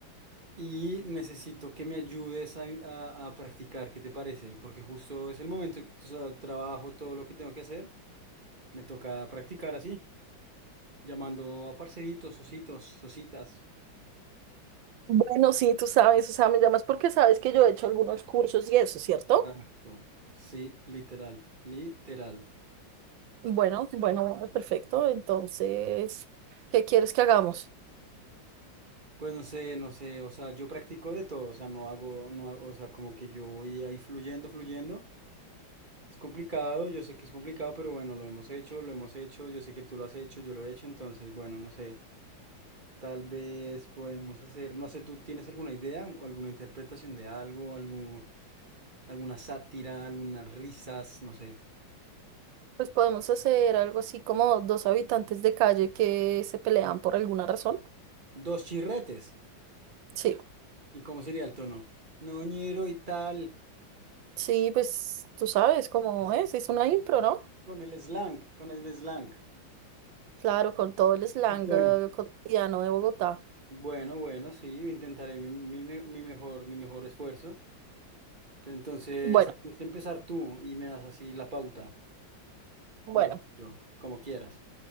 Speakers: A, on the right (about 25°); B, on the right (about 75°).
A: Y necesito que me ayudes a, a- a practicar, ¿qué te parece? Porque justo es el momento, o sea, trabajo, todo lo que tengo que hacer, me toca practicar así. Llamando a parceritos, ositos, ositas.
B: Bueno, sí, tú sabes, o sea, me llamas porque sabes que yo he hecho algunos cursos y eso, ¿cierto?
A: Exacto. Sí, literal, literal.
B: Bueno, bueno, bueno, perfecto. Entonces, ¿qué quieres que hagamos?
A: Pues no sé, no sé, o sea, yo practico de todo, o sea, no hago, no hago, o sea, como que yo voy ahí fluyendo, fluyendo. Es complicado, yo sé que es complicado, pero bueno, lo hemos hecho, lo hemos hecho, yo sé que tú lo has hecho, yo lo he hecho, entonces, bueno, no sé, tal vez podemos hacer, no sé, ¿tú tienes alguna idea o alguna interpretación de algo, algo, alguna sátira, algunas risas, no sé?
B: Pues podemos hacer algo así como dos habitantes de calle que se pelean por alguna razón.
A: Dos chirretes.
B: Sí,
A: ¿Y cómo sería el tono? Noñero y tal,
B: sí, pues tú sabes cómo
A: Así.
B: es, es una impro, ¿no?
A: con el slang, con el slang.
B: Claro, con todo el slang
A: Bueno,
B: eh, cotidiano de Bogotá.
A: bueno, bueno, sí, intentaré mi, mi me- mi mejor, mi mejor esfuerzo. Pero entonces,
B: Bueno,
A: es empezar tú y me das así la pauta,
B: bueno,
A: o yo, como quieras.